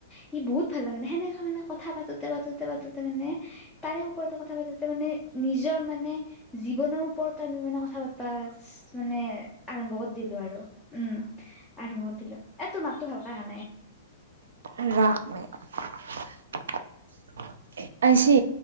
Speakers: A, in the centre; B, on the right.
A: সি বহুত ভাল লাগে নে সেনে কাৰণে মানে কথা পাতোতে পাতোতে পাতোতে মানে তাৰে ওপৰতে কথা পাতোতে মানে নিজৰ মানে জীৱনৰ ওপৰতো আমি মানে কথা পাতবা মানে আৰম্ভ কৰি দিলো আৰু উম আৰম্ভ কৰি দিলো এতোমাক ত হালকা হাত <unintelligible>
B: <unintelligible> ৰাস মে <unintelligible> আইছি?